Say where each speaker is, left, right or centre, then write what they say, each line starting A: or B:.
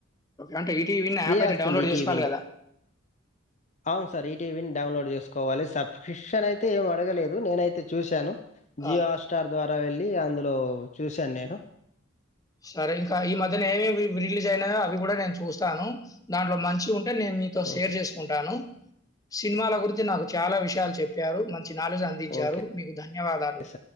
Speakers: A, on the left; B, on the left.
A: అంటే ఈటీవీ విన్
B: ఫ్రీ
A: యాప్ అయితే
B: వస్తుంది
A: డౌన్లోడ్
B: ఈటీవీ
A: చేసుకోవాలి
B: విన్ లో
A: కదా
B: అవును సార్ ఈటీవీ విన్ డౌన్లోడ్ చేసుకోవాలి సబ్స్క్రిప్షన్ అయితే ఏం అడగలేదు నేనైతే చూశాను జియో
A: ఆ!
B: హాట్స్టార్ ద్వారా వెళ్ళి అందులో చూశాను నేను
A: సరే ఇంకా ఈ మధ్యనే ఏమేమి రిలీజ్ అయినాయో అవి కూడా నేను చూస్తాను దాంట్లో మంచి ఉన్ టే నేను మీతో
B: ఓకే
A: షేర్ చేసుకుంటాను సినిమాల గురించి నాకు చాలా విషయాలు చెప్పారు మంచి చి నాలుజ అందించారు
B: ఓకే
A: మీకు ధన్యవాదాలు
B: సార్